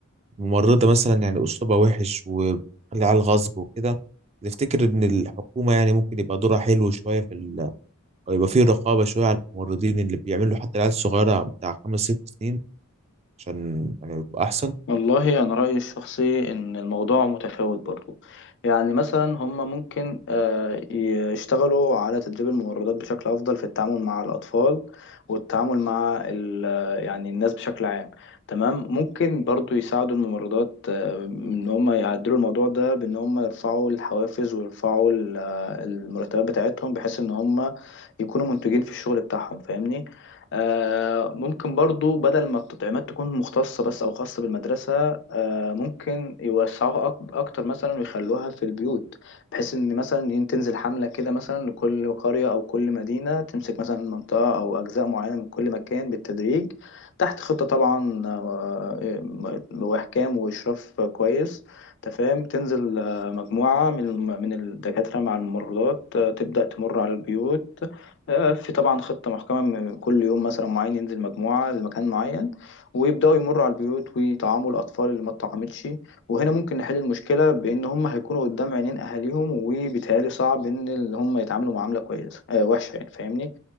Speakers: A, on the right (about 30°); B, on the left (about 60°).
A: ممرضة مثلا يعني أسلوبها وحش وبتخلي على الغصب وكده تفتكر إن الحكومة يعني ممكن يبقى دورها حلو شوية في ال... أو يبقى فيه رقابة شوية على الممرضين اللي بيعملوا حتى العيال الصغيرة بتاع خمس ست سنين عشان يعني يبقى أحسن
B: والله أنا رأيي الشخصي إن الموضوع متفاوت برضو يعني مثلا هم ممكن آه، يشتغلوا على تدريب الممرضات بشكل أفضل في التعامل مع الأطفال والتعامل مع ال- آه، يعني الناس بشكل عام تمام ممكن برضو يساعدوا الممرضات آه، إن هم يعدلوا الموضوع ده بإن هم يرفعوا الحوافز ويرفعوا ال- آه، المرتبات بتاعتهم بحيث إن هم يكونوا منتجين في الشغل بتاعهم فاهمني آه، ممكن برضو بدل ما التطعيمات تكون مختصة بس أو خاصة بالمدرسة آه، ممكن يوسعوها أك- أكتر مثلا ويخلوها في البيوت بحيث إن مثلا ين- تنزل حملة كده مثلا لكل قرية أو كل مدينة تمسك مثلا منطقة أو أجزاء معينة من كل مكان بالتدريج تحت خطة طبعا آه، م- وإحكام وإشراف كويس تفهم تنزل آه، مجموعة من الم- من الدكاترة مع الممرضات آه، تبدأ تمر على البيوت آه، في طبعا خطة محكمة من كل يوم مثلا معين ينزل مجموعة لمكان معين ويبدأوا يمروا على البيوت ويطعموا الأطفال اللي ما اتطعمتش وهنا ممكن نحل المشكلة بإن هم هيكونوا قدام عينين أهاليهم وبيتهيألي صعب إن اللي هم يتعاملوا معاملة كويسة آه، وحشة يعني فاهمني